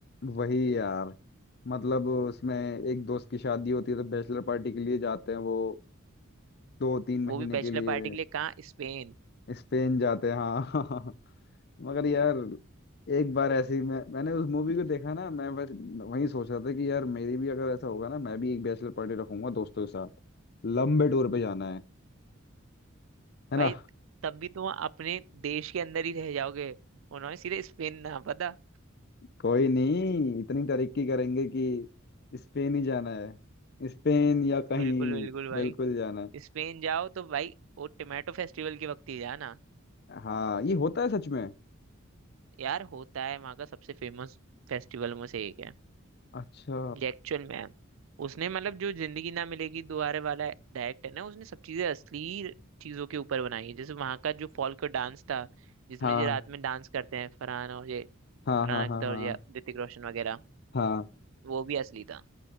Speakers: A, on the left; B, on the right.
A: वही यार मतलब उसमें एक दोस्त की शादी होती है तो बैचलर पार्टी के लिए जाते हैं वो दो तीन महीने
B: वो भी बैचलर
A: के लिए
B: पार्टी के लिए कहाँ स्पेन
A: स्पेन जाते हैं हाँ <laughs> मगर यार एक बार ऐसी मैं मैंने उस मूवी को देखा ना मैं बस वही सोच रहा था कि यार मेरी भी अगर ऐसा होगा ना मैं भी एक बैचलर पार्टी रखूंगा दोस्तों के साथ लंबे टूर पे जाना है है
B: भाई
A: ना
B: तब भी तुम अपने देश के अंदर ही रह जाओगे उन्होंने सीधे स्पेन ना पता
A: कोई नहीं इतनी तरक्की करेंगे कि स्पेन ही जाना है स्पेन या कहीं
B: बिल्कुल बिल्कुल भाई
A: बिल्कुल जाना है
B: स्पेन जाओ तो भाई वो टोमेटो फेस्टिवल के वक्त ही जाना
A: हाँ ये होता है सच में
B: यार होता है वहाँ का सबसे फेमस फेस्टिवल में से एक है
A: अच्छा
B: ये एक्चुअल में है उसने मतलब जो जिंदगी ना मिलेगी दोबारा वाला डायरेक्ट है ना उसने सब चीजें असली चीजों के ऊपर बनाई है जैसे वहाँ का जो फॉल्क डांस था जिसमें
A: हाँ
B: ये रात में डांस करते हैं फरहान और ये
A: हाँ
B: फरहान
A: हाँ हाँ
B: अख्तर
A: हाँ
B: और ये ऋतिक रोशन वगैरह
A: हाँ
B: वो भी असली था